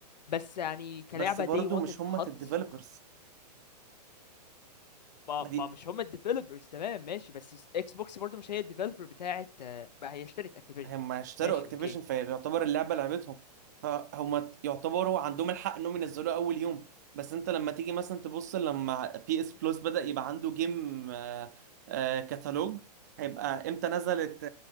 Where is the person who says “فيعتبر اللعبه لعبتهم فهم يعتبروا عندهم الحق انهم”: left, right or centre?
Right